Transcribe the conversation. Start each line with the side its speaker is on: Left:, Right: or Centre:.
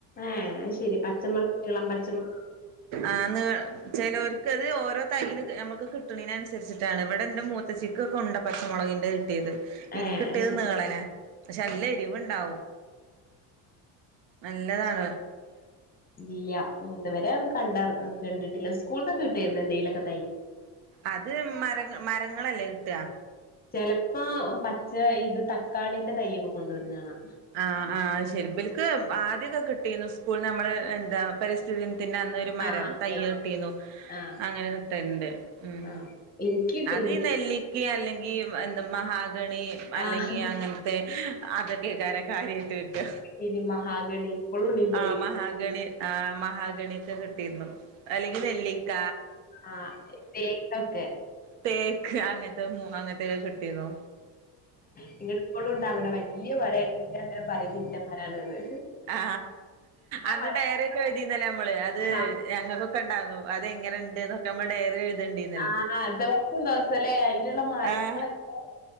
Left: ഏഹ് അത് ശരി പച്ചമുളക് <unintelligible> പച്ചമള
Right: ആന്ന് ചേലോര്ക്ക്ത് ഓരോ തരി നമ്മുക്ക് കിട്ടണനീന് അനുസരിച്ചിട്ടാണ് ഇവിടെ ഇന്റെ മൂത്തച്ചികൊകെ ഉണ്ട പച്ചമുളകിന്റെ കിട്ടിയത് ഇൻക്
Left: ഏഹ്
Right: കിട്ടിയത്
Left: അത് ശരി
Right: നീളന പക്ഷെ നല്ല എരിവ്ണ്ടാവും നല്ലതാണ്
Left: ഇല്ല്യ ഇതുവരെ ഒന്ന് കണ്ടാ കണ്ടിട്ടില്ല സ്കൂളന്നൊക്കെ കിട്ടായിരുന്നു എന്തേലൊക്കെ
Right: അത് മര മരങ്ങളല്ലേ കിട്ടാ
Left: ചെലപ്പോ പച്ച ഇത് തക്കാളിന്റെ തൈയ്യൊക്കെ കൊണ്ടുവരുന്നതാണ്
Right: ആഹ് ആഹാ ശെരിബിലക്ക് ആദ്യക്കെ കിട്ടിന്നു സ്കൂൾ നമ്മള് എന്താ പരിസ്ഥിതിത്തിന്റെ അന്ന് മരം
Left: ആഹ് അതെ
Right: തയ്യൊട്ടീന്നു
Left: അതെ ആഹ്
Right: അങ്ങനെ കിട്ടല്ണ്ട് ഉം
Left: ആഹ് എനിക്ക് കിട്ടീണ്ട്
Right: അത് നെല്ലിക്കിം അല്ലെങ്കി എന്താ മഹാഗണി അല്ലെങ്കി
Left: ആഹ്
Right: അങ്ങനത്തെ അതൊക്കെയ്കാരം കാര്യയിക്കെ കിട്ടാ
Left: ഇടി മഹാഗണി ഇപ്പോഴും ഉണ്ട് എന്റെ
Right: ആ
Left: വീട്ടില്
Right: മഹാഗണി ആ മഹാഗണിയൊക്കെ കിട്ടിയിരുന്നു അല്ലെങ്കിൽ നെല്ലിക്ക
Left: ആഹാ എപ്പളേങ്കിലൊക്കെ
Right: തേക്ക് അങ്ങനത്തെ <unintelligible> അങ്ങത്തേക്കെ കിട്ടീന്നു
Left: നിങ്ങിപ്പോളും ഉണ്ട അവിടെ വലിയ മരല്ലങ്ങരം പറയും ന്റെ മരാണ്ന്ന്
Right: ആ
Left: ഇന്റെ
Right: അന്ന്
Left: മരം
Right: ഡയറി ഒക്കെ എഴുതിയിരുന്നില്ലേ നമ്മള് അത്
Left: ആഹ്
Right: ഞങ്ങൾകൊക്കെ ഉണ്ടായിരുന്നു അതെങ്ങെനെ ഉണ്ട്ന്നൊക്കെ നമ്മൾ ഡയറി എഴുതേണ്ടിയിരു
Left: ആഹ ദിവസം ദിവസം ല്ലേ അയിനുള്ള മാറ്റങ്ങളൊ
Right: ആഹ്